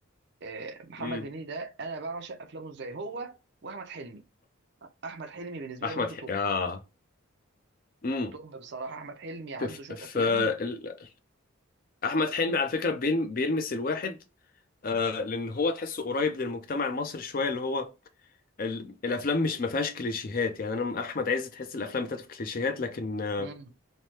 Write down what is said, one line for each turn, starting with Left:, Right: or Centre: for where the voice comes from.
Right: آه محمد
Left: امم
Right: هنيدي ده انا بعشق افلامه ازاي هو واحمد حلمي احمد حلمي بالنسبه
Left: احمد
Right: لي برضو
Left: حلمي
Right: توب
Left: اه امم
Right: توب بصراحه احمد حلمي عنده
Left: في, في
Right: شويه
Left: في
Right: افلام
Left: ال- احمد حلمي على فكره بيلم- بيلمس الواحد آه، لان هو تحسه قريب للمجتمع المصري شويه اللي هو ال... الافلام مش ما فيهاش كليشيهات يعني انا من احمد عز تحس الافلام بتاعته في كليشيهات لكن آه،
Right: مم.